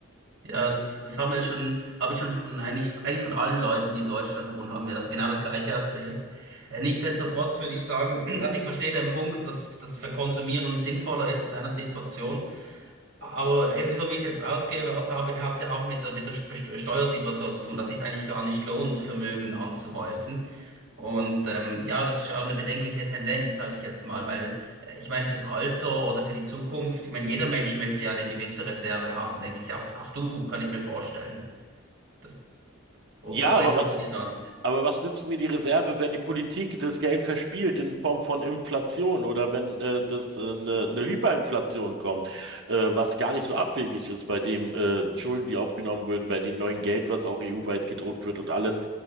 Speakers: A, on the right (about 80°); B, on the right (about 60°).
A: Ja, das, das haben wir schon, habe ich schon von eigentlich, eigentlich von allen Leuten, die in Deutschland wohnen, haben mir das genau das Gleiche erzählt. Äh, nichtsdestotrotz würde ich sagen, <clears throat> also ich verstehe deinen Punkt, dass das Verkonsumieren sinnvoller ist in deiner Situation. Aber eben so wie ich es jetzt rausgehört habe, hat es ja auch mit der, mit der Best- Steuersituation zu tun, dass es sich eigentlich gar nicht lohnt, Vermögen anzuhäufen. Und ähm, ja, das ist auch eine bedenkliche Tendenz, sage ich jetzt mal, weil äh, ich meine, fürs Alter oder für die Zukunft, ich meine, jeder Mensch möchte ja eine gewisse Reserve haben, denke ich. Auch, auch du, kann ich mir vorstellen. Das, o-
B: Ja,
A: oder
B: aber
A: ist das
B: was
A: bei dir gar nicht?
B: Aber was nützt mir die Reserve, wenn die Politik das Geld verspielt in Form von Inflation oder wenn äh, das äh, eine, eine Hyperinflation kommt, äh, was gar nicht so abwegig ist bei dem äh, Schulden, die aufgenommen werden, bei dem neuen Geld, was auch EU-weit gedruckt wird und alles.